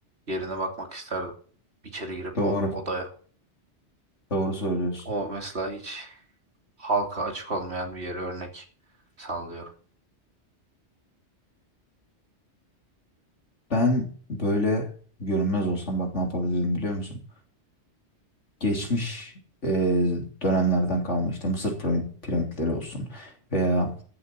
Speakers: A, on the right; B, on the left.
A: yerine bakmak isterdim. İçeri girip
B: Doğru.
A: o odaya.
B: Doğru söylüyorsun.
A: O mesela hiç halka açık olmayan bir yere örnek sallıyorum.
B: Ben böyle görünmez olsam bak ne yapabilirdim biliyor musun? Geçmiş e, dönemlerden kalma işte Mısır piram- piramitleri olsun veya